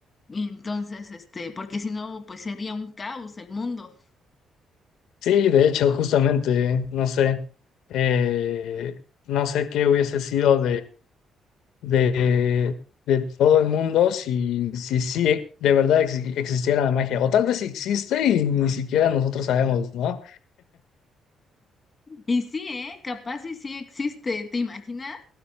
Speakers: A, on the left; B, on the left.
A: Y entonces, este, porque si no, pues sería un caos el mundo.
B: Sí, de hecho, justamente, no sé, eh, no sé qué hubiese sido de, de todo el mundo si, si, sí de verdad ex- existiera la magia. O tal vez existe y ni siquiera nosotros sabemos, ¿no?
A: Y sí, ¿eh? Capaz y sí existe. ¿Te imaginas